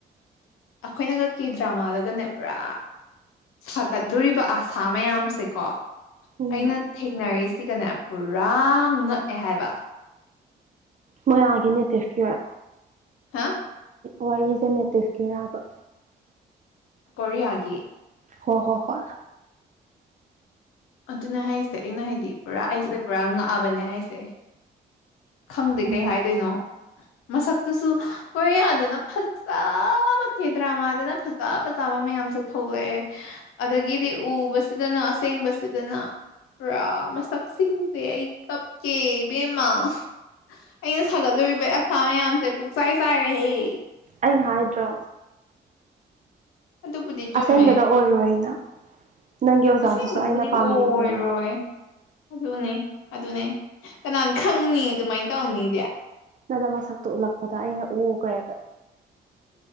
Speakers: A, on the left (about 80°); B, on the right (about 35°).
A: ꯑꯩꯈꯣꯏꯅ ꯀꯛꯀꯤ ꯗ꯭ꯔꯃꯥꯗꯒꯅꯦ ꯄꯨꯔꯥ ꯁꯥꯒꯠꯂꯨꯔꯤꯕ ꯑꯁꯥ ꯃꯌꯥꯝꯁꯦꯀꯣ
B: ꯎꯝ
A: ꯑꯩꯅ ꯊꯦꯡꯅꯔꯤꯁꯤꯒꯅꯦ ꯄꯨꯔꯥ ꯉꯛꯑꯦ ꯍꯥꯏꯕ
B: ꯃꯣꯏꯔꯥꯒꯤ ꯅꯦꯇꯦꯁꯀꯤꯌꯔ
A: ꯍꯥ
B: ꯋꯥꯔꯤꯁꯦ ꯅꯦꯇꯤꯐꯀꯤꯔꯕ
A: ꯎ ꯀꯔꯤꯌꯥꯒꯤ
B: ꯍꯣꯏ ꯍꯣ ꯍꯣꯏ
A: ꯑꯗꯨꯅ ꯍꯥꯏꯁꯦ ꯑꯩꯅ ꯍꯥꯏꯗꯤ ꯄꯨꯔꯥ ꯑꯩꯁꯦ ꯄꯨꯔꯥ ꯉꯛꯑꯕꯅꯦ ꯍꯥꯏꯁꯦ ꯈꯪꯗꯦ
B: ꯎꯝ
A: ꯀꯩ ꯍꯥꯏꯗꯣꯏꯅꯣ ꯃꯁꯛꯇꯨꯁꯨ ꯀꯣꯏꯌꯥꯗꯅ ꯐꯖ ꯐ ꯆꯦꯗ꯭ꯔꯥ ꯃꯥꯗꯅ ꯐꯖ ꯐꯖ ꯆꯥꯕ ꯃꯌꯥꯝꯁꯦ ꯊꯣꯛꯂꯛꯑꯦ ꯑꯗꯒꯤꯗꯤ ꯎꯕꯁꯤꯗꯅ ꯑꯁꯦꯡꯕꯁꯤꯗꯅ ꯄꯨ꯭ꯔꯥ ꯃꯁꯛꯁꯤꯡꯁꯦ ꯑꯩ ꯀꯞ ꯀꯦꯃ ꯑꯩꯅ ꯁꯥꯒꯠꯂꯨꯔꯤꯕ ꯑꯁꯥ ꯃꯌꯥꯝꯁꯦ ꯄꯨꯛꯆꯥꯏ ꯆꯥꯏꯔꯦꯍꯦ
B: ꯑꯩꯅ ꯍꯥꯏꯗ꯭ꯔꯣ
A: ꯑꯗꯨꯕꯨꯗꯤ ꯆꯨꯝꯃꯦ
B: ꯑꯁꯦꯡꯕꯗ ꯑꯣꯏꯔꯣꯏꯅ ꯅꯪꯒꯤ ꯑꯣꯖꯥꯗꯨꯁꯨꯣ
A: ꯑꯁꯦꯡꯕꯗꯨꯕꯨꯗꯤ
B: ꯑꯩꯅ ꯄꯥꯝꯕꯤꯗꯦꯅ
A: ꯑꯣꯏꯔꯣꯏ
B: ꯍꯥꯏ
A: ꯑꯗꯨꯅꯦ ꯑꯗꯨꯅꯦ ꯀꯅꯥꯅ ꯈꯪꯅꯤ ꯑꯗꯨꯃꯥꯏꯅ ꯇꯧꯅꯤꯗꯤ
B: ꯅꯅ ꯃꯁꯛꯇꯨ ꯎꯠꯂꯛꯄꯗ ꯑꯩꯅ ꯎꯈ꯭ꯔꯦꯕ